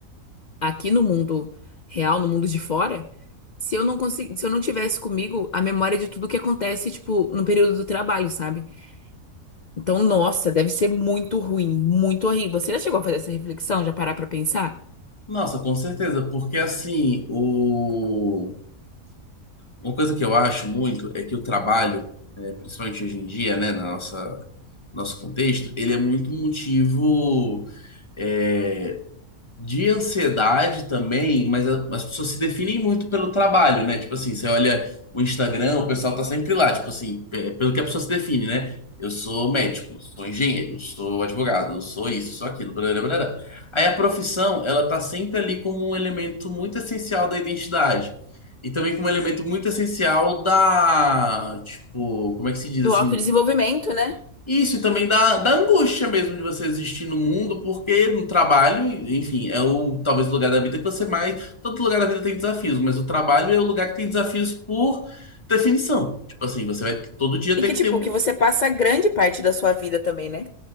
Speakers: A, on the left; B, on the left.
A: aqui no mundo real, no mundo de fora, se eu não consegui, se eu não tivesse comigo a memória de tudo que acontece, tipo, no período do trabalho, sabe? Então, nossa, deve ser muito ruim, muito horrível. Você já chegou a fazer essa reflexão, já parar pra pensar?
B: Nossa, com certeza, porque assim, o. Uma coisa que eu acho muito é que o trabalho, eh, principalmente hoje em dia, né, na nossa nosso contexto, ele é muito motivo é, de ansiedade também, mas a- as pessoas se definem muito pelo trabalho, né? Tipo assim, você olha o Instagram, o pessoal tá sempre lá, tipo assim, pe- pelo que a pessoa se define, né? Eu sou médico, sou engenheiro, sou advogado, sou isso, sou aquilo, blá, blá, blá, Aí a profissão, ela tá sempre ali como um elemento muito essencial da identidade. E também como um elemento muito essencial da, tipo, como é que se diz
A: Do
B: assim?
A: autodesenvolvimento, né?
B: Isso, e também da, da angústia mesmo de você existir no mundo, porque no trabalho, enfim, é o talvez o lugar da vida que você mais. Todo lugar da vida tem desafios, mas o trabalho é o lugar que tem desafios por definição. Tipo assim, você vai todo dia
A: E
B: ter
A: que,
B: que
A: tipo,
B: ter um.
A: que você passa grande parte da sua vida também, né?